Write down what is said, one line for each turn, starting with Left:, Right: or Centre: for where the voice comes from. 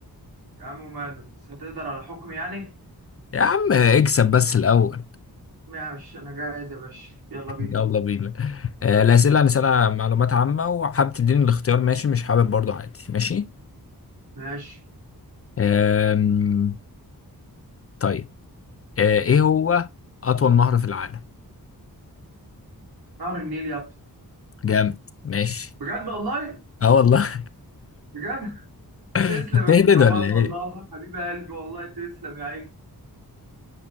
Right: يا عم ماله بس هتقدر على حكم يعني
Left: يا عم اكسب بس الاول
Right: ماشي انا جاهز يا باشا يلا بينا
Left: يلا بينا آه، الأسئلة أنا سألها معلومات عامة وحابب تديني الاختيار ماشي مش حابب برضو عادي ماشي
Right: ماشي
Left: آم، طيب آه، إيه هو أطول نهر في العالم؟
Right: نهر النيل يا ابني
Left: جامد ماشي
Right: بجد والله
Left: أه والله
Right: بجد
Left: <laughs>
Right: تسلم
Left: بتهبد
Right: يا ابو نواف
Left: ولا
Right: والله
Left: إيه؟
Right: حبيب قلبي والله تسلم يا عيني